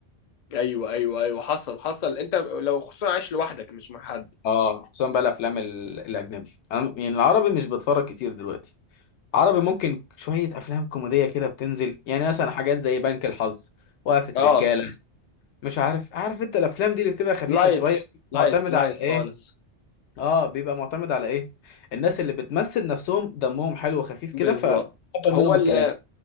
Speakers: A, on the left; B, on the left.
A: ايوه ايوه ايوه حصل حصل انت لو خصوصا عايش لوحدك مش مع حد
B: اه خصوصا بقى الافلام ال- الاجنبي انا م- يعني العربي مش بتفرج كتير دلوقتي عربي ممكن شويه افلام كوميديه كده بتنزل يعني مثلا حاجات زي بنك الحظ وقفه
A: اه
B: رجاله مش عارف عارف انت الافلام دي اللي بتبقى خفيفه
A: لايت
B: شويه
A: لايت
B: معتمده
A: لايت
B: على ايه
A: خالص
B: اه بيبقى معتمد على ايه الناس اللي بتمثل نفسهم دمهم حلو وخفيف
A: بالظبط
B: كده فتقبل
A: هو
B: منهم
A: ال
B: الكلام